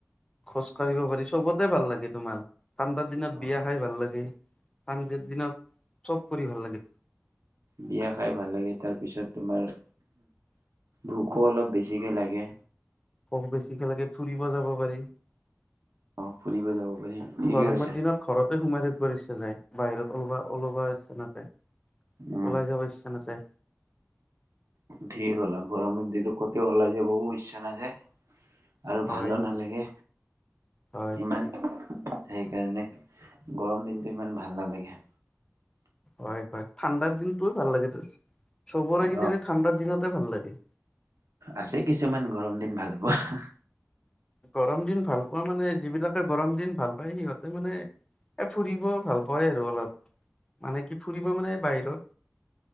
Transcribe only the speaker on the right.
অ
বিয়া খাই ভাল লাগে, তাৰপিছত তোমাৰ ভোকো অলপ বেছিকে লাগে।
অ ফুৰিব যাব পাৰি ঠিকেই
কৈছা
উম
ঠিকেই ক'লা গৰমৰ দিনত ক'তো ওলাই যাবা ও ইচ্ছা নাযায়। আৰু
ভালো নালাগে।
ইমান, সেইকাৰণে গৰম দিনটো ইমান ভাল নালাগে।
অ',
আছে কিছুমান গৰম দিন ভাল পোৱা।